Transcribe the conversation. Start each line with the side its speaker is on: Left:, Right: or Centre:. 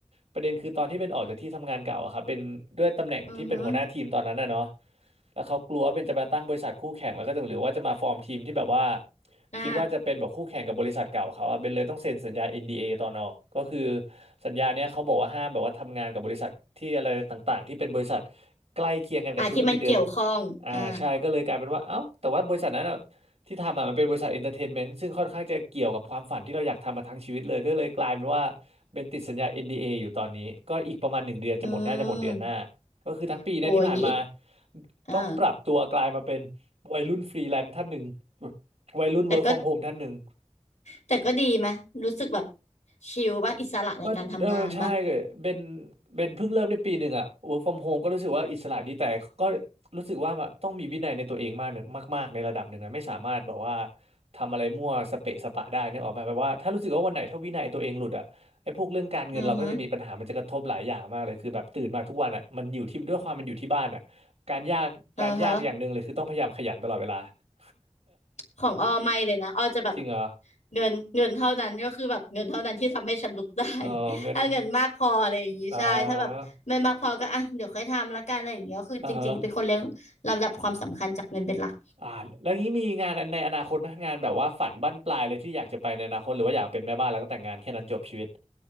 Right: ประเด็นคือตอนที่เป็นออกจากที่ทำงานเก่าอะครับเป็นด้วยตำแหน่งที่เป็นหัวหน้าทีมตอนนั้นนะเนาะ
Left: อืออ
Right: แล้วเขากลัวว่าเป็นจะมาตั้งบริษัทคู่แข่งแล้วก็จะหรือว่าจะมาฟอร์มทีมที่แบบว่า
Left: อ่า
Right: คิดว่าจะเป็นแบบคู่แข่งกับบริษัทเก่าเขาอะเบนเลยต้องเซ็นสัญญา NDA ตอนออกก็คือสัญญาเนี้ยเขาบอกว่าห้ามแบบว่าทำงานกับบริษัทที่อะไรต่างๆที่เป็นบริษัทใกล้เคียงกันกับธุรกิจเดิม
Left: อ่าที่มันเกี่ยวข้องอ่า
Right: อ่าใช่ก็เลยกลายเป็นว่าเอ้าแต่ว่าบริษัทนั้นอะ ที่ทำอ่ะมันเป็นบริษัทเอนเตอร์เทนเมนต์ซึ่งค่อนข้างจะเกี่ยวกับความฝันที่เราอยากทำมาทั้งชีวิตเลย ก็เลยกลายเป็นว่าเป็นติดสัญญา NDA อนดีเออยู่ตอนนี้ ก็อีกประมาณหนึ่งเดือนจะหมดน่าจะหมดเดือนหน้า
Left: อืม
Right: ก็คือทั้งปีเนะที่ผ่านมา
Left: โอ้ยอย่างงี้อีกอ่า
Right: ต้องปรับตัวกลายมาเป็นวัยรุ่นฟรีแลนซ์ท่านหนึ่งวัยรุ่นเวิร์กฟอร์มโฮมท่านหนึ่ง
Left: แต่ก็ แต่ก็ดีไหมรู้สึกแบบชิลป่ะอิสระในการทำงานป่ะ
Right: ก็เออใช่เป็นเป็นเพิ่งเริ่มได้ปีหนึ่งอะ work from home ก็รู้สึกว่าอิสระดีแต่ก็รู้สึกว่าต้องมีวินัยในตัวเองมากหนึ่งมากๆในระดับหนึ่งนะไม่สามารถแบบว่าทำอะไรมั่วสเปะสปะได้นึกออกไหมแบบว่าถ้ารู้สึกว่าวันไหนถ้าวินัยตัวเองหลุดอะไอ้พวกเรื่องการเงินเราก็จะมีปัญหามันจะกระทบหลายอย่างมากเลยคือแบบตื่นมาทุกวันอะมันอยู่ที่ด้วยความมันอยู่ที่บ้านอะการยากการยากอย่างหนึ่งเลยคือต้องพยายามขยันตลอดเวลา
Left: อือฮึอือฮะ
Right: <laughs>
Left: ของออไม่เลยนะออจะแบบ
Right: จริงเหรอ
Left: เงินเงินเท่านั้นก็คือแบบเงินเท่านั้นที่ทำให้ฉันลุกได้
Right: เออเงิน
Left: <laughs> ถ้าเงินมากพออะไรอย่างนี้ใช่ถ้าแบบไม่มากพอก็อ่ะเดี๋ยวค่อยทำละกันอะไรอย่างเงี้ยก็คือจริงๆเป็นคนเลี้ยงลำดับความสำคัญจากเงินเป็นหลัก
Right: อ่าอ่าฮะ อ่าแล้วงี้มีงานในอนาคตไหมงานแบบว่าฝันบั้นปลายเลยที่อยากจะไปในอนาคตหรือว่าอยากเป็นแม่บ้านแล้วก็แต่งงานแค่นั้นจบชีวิต